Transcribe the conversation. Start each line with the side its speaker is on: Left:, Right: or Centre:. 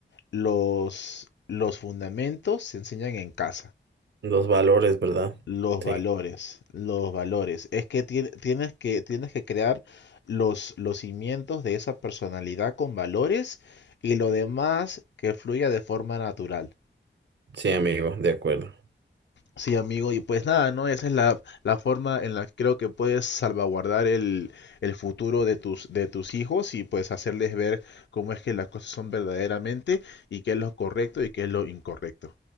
Left: los, los fundamentos se enseñan en casa.
Right: Los valores, ¿verdad?
Left: Los valores,
Right: Sí.
Left: los valores. Es que tien- tienes que, tienes que crear los, los cimientos de esa personalidad con valores y lo demás que fluya de forma natural.
Right: Sí, amigo, de acuerdo.
Left: Sí, amigo, y pues nada, ¿no? Esa es la, la forma en la que creo que puedes salvaguardar el, el futuro de tus, de tus hijos y pues hacerles ver cómo es que las cosas son verdaderamente y qué es lo correcto y qué es lo incorrecto.